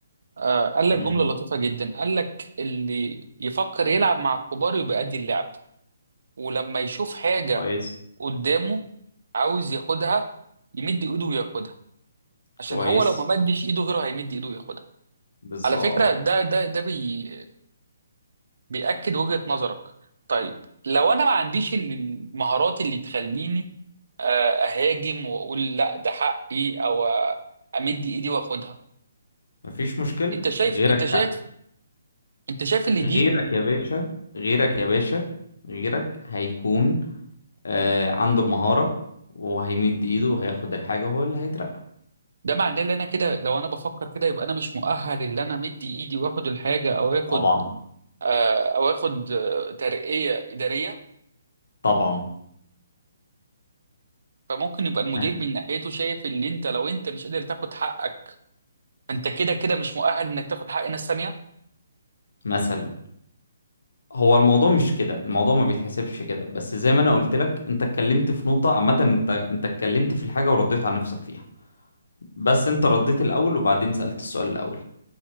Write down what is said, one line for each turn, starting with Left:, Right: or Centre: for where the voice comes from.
Right: آه، قال لك
Left: امم
Right: جملة لطيفة جدا قال لك اللي يفكر يلعب مع الكبار يبقى قد اللعب ولما يشوف حاجة
Left: كويس
Right: قدامه عاوز ياخدها يمد إيده وياخدها عشان
Left: كويس
Right: هو لو ما مدش إيده غيره هيمد إيده وياخدها
Left: بالظبط
Right: على فكرة ده ده ده بي بيأكد وجهة نظرك طيب لو أنا ما عنديش المهارات اللي تخليني آه، أهاجم وأقول لا ده حقي أو آه، أمد إيدي وأخدها
Left: مفيش مشكلة
Right: انت شايف
Left: غيرك
Right: انت شايف انت شايف اللي
Left: غيرك
Right: دي
Left: يا باشا غيرك يا باشا غيرك هيكون آه عنده المهارة وهيمد ايده وهياخد الحاجة هو اللي هيترقى
Right: ده معناه ان انا كده لو انا بفكر كده يبقى انا مش مؤهل ان انا مدي ايدي واخد الحاجه او اخد
Left: طبعا
Right: آه او اخد آه ترقيه اداريه
Left: طبعا
Right: فممكن يبقى المدير
Left: م-
Right: من ناحيته شايف ان انت لو انت مش قادر تاخد حقك انت كده كده مش مؤهل انك تاخد حق ناس تانيه
Left: مثلا هو الموضوع مش كده الموضوع ما بيتحسبش كده بس زي ما انا قلت لك انت اتكلمت في نقطة عامة انت انت اتكلمت في الحاجة ورديت على نفسك فيها بس انت رديت الاول وبعدين سألت السؤال الاول